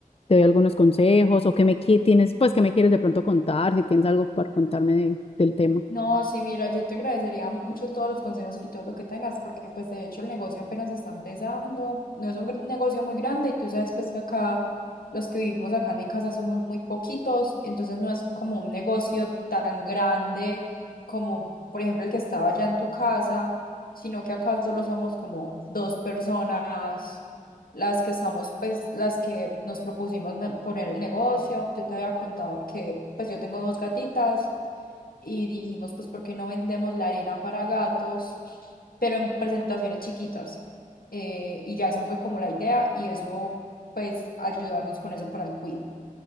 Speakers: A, on the left; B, on the left.
A: te doy algunos consejos o qué me qui- tienes, pues qué me quieres de pronto contar, si tienes algo para contarme de- del tema.
B: No, sí, mira, yo te agradecería mucho todos los consejos y todo lo que tengas, porque pues de hecho el negocio apenas está empezando, no es un gran- negocio muy grande y tú sabes pues que acá los que vivimos acá en mi casa somos muy poquitos, entonces no es como un negocio tan grande como por ejemplo el que estaba allá en tu casa, sino que acá solo somos como dos personas las que estamos, pues, las que nos propusimos me- poner el negocio. Yo te había contado que, pues, yo tengo dos gatitas y dijimos, pues, ¿por qué no vendemos la arena para gatos, pero en presentaciones chiquitas? Eh, y ya esa fue como la idea y eso, pues, ayudarnos con eso para el cuido.